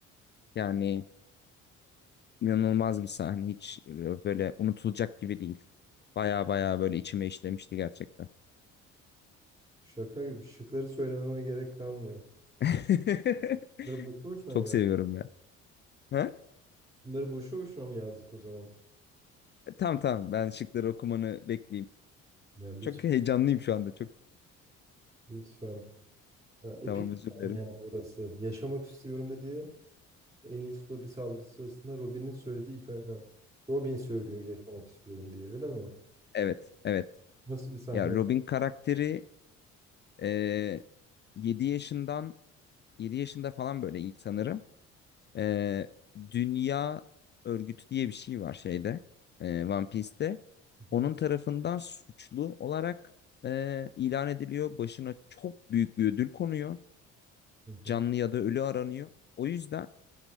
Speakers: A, on the left (about 30°); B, on the right (about 15°).
A: Yani inanılmaz bir sahne. Hiç e, böyle unutulacak gibi değil. Baya baya böyle içime işlemişti gerçekten.
B: Şaka gibi. Şıkları söylememe gerek kalmıyor.
A: <laughs>
B: Bunları boşu boşuna
A: Çok
B: mı yazdık?
A: seviyorum ya. Ha?
B: Bunları boşu boşuna mı yazdık o zaman?
A: Tamam tamam ben şıkları okumanı bekleyeyim.
B: Ya lütfen.
A: Çok heyecanlıyım şu anda. Çok
B: Lütfen. Ya, epik
A: tamam
B: bir
A: özür
B: sahne
A: dilerim.
B: yani burası. Yaşamak istiyorum dediği en iyisi Dobby saldırı sırasında Robin'in söylediği ilk ha, Robin söylüyor yaşamak istiyorum diye. Öyle mi?
A: Evet evet.
B: Nasıl bir sahne?
A: Ya Robin karakteri e, 7 yaşından 7 yaşında falan böyle ilk sanırım. Ee, Dünya Örgütü diye bir şey var şeyde e, One Piece'te.
B: Hı
A: Onun
B: hı.
A: tarafından suçlu olarak e, ilan ediliyor. Başına çok büyük bir ödül konuyor.
B: Hı hı.
A: Canlı ya da ölü aranıyor. O yüzden